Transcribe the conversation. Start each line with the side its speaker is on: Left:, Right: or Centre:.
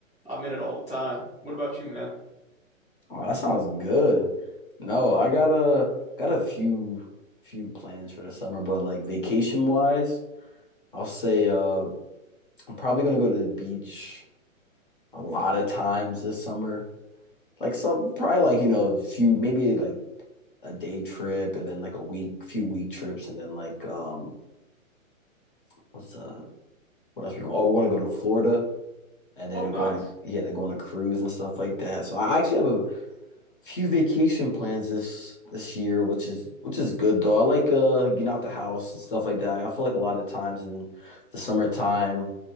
Centre: I'm in it all the time. What about you, man?
Left: Oh, that sounds good. No, I got a got a few few plans for the summer, but like vacation wise, I'll say uh I'm probably gonna go to the beach a lot of times this summer. Like some probably like, you know, few maybe like a day trip and then like a week, few week trips and then like um what's uh what else we go? Oh, we're gonna go to Florida and then
Centre: Oh, nice.
Left: going to yeah, then going to cruise and stuff like that. So I actually have a few vacation plans this this year, which is which is good though. I like uh getting out the house and stuff like that. I feel like a lot of times in the summertime,